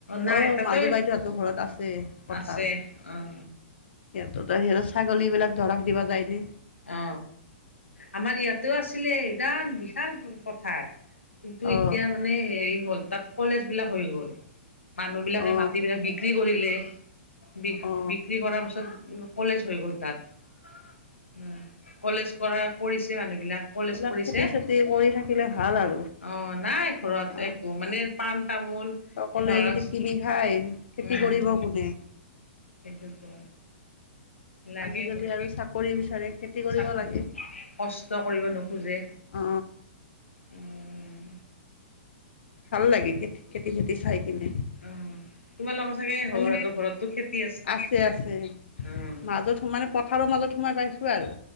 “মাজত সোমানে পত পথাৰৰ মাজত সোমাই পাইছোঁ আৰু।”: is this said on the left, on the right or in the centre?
Left